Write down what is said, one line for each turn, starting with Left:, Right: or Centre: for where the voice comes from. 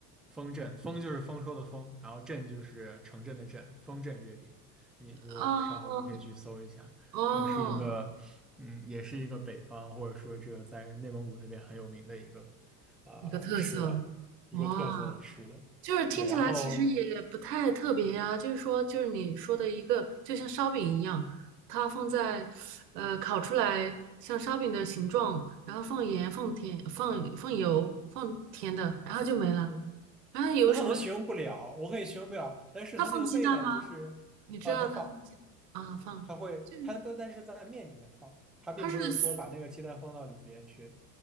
Centre: 丰镇，丰就是丰收的丰，然后镇就是城镇的镇，丰镇月饼。你如果稍后你可以去搜一下，
Right: 啊哦，
Centre: 也是一个，嗯，也是一个北方或者说这个在内蒙古那边很有名的一个，呃，
Right: 一个特色哇。
Centre: 吃的一个特色的吃的。
Right: 就是听起来其实也不太特别呀，
Centre: 对，然后，
Right: 就是说，就是你说的一个，就像烧饼一样，它放在，呃，烤出来像烧饼的形状，然后放盐、放甜、放放油、放甜的，然后就没了。
Centre: 嗯，
Right: 然后有什么？
Centre: 我可能形容不了，我可以形容不了，但是它那个味道就是，
Right: 它放鸡蛋吗？你知道它放鸡啊？
Centre: 呃，它放，
Right: 放，
Centre: 它会，
Right: 就是
Centre: 它但但是在面里面放，它并不是说把那个鸡蛋放到里边去，
Right: 它是